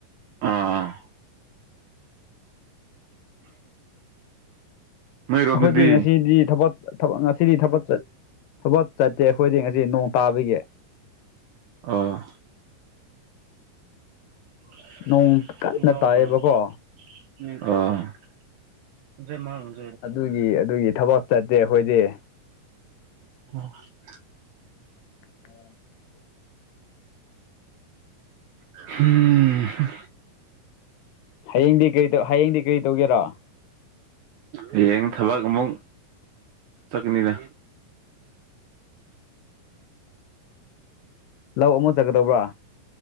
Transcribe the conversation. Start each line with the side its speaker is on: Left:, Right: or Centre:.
Right: ꯑꯥ ꯑꯥ <inaudible> ꯅꯣꯏꯔꯣꯝꯗꯗꯤ
Left: ꯑꯩꯈꯣꯏꯗꯤ ꯉꯁꯤꯗꯤ ꯊꯕꯛ ꯉꯁꯤꯗꯤ ꯊꯕꯛ ꯆꯠ ꯊꯕꯛ ꯆꯠꯇꯦ ꯑꯩꯈꯣꯏꯗꯤ ꯉꯁꯤ ꯅꯣꯡ ꯇꯥꯕꯒꯤ
Right: ꯑꯥ <inaudible>
Left: ꯅꯣꯡ ꯀꯟꯅ ꯇꯥꯏꯌꯦꯕꯀꯣ
Right: <unintelligible>
Left: ꯑꯗꯨꯒꯤ-ꯑꯗꯨꯒꯤ ꯊꯕꯛ ꯆꯠꯇꯦ ꯑꯩꯈꯣꯏꯗꯤ
Right: <inaudible>
Left: <inaudible>
Right: <unintelligible>
Left: ꯍꯌꯦꯡꯗꯤ ꯀꯩ ꯇꯧ ꯍꯌꯦꯡꯗꯤ ꯀꯔꯤ ꯇꯧꯒꯦꯔꯣ
Right: ꯍꯌꯦꯡ ꯊꯕꯛ ꯑꯃꯨꯛ ꯆꯠꯀꯅꯤꯗ
Left: ꯂꯧ ꯑꯃꯨꯛ ꯆꯠꯀꯗꯧꯕ꯭ꯔꯥ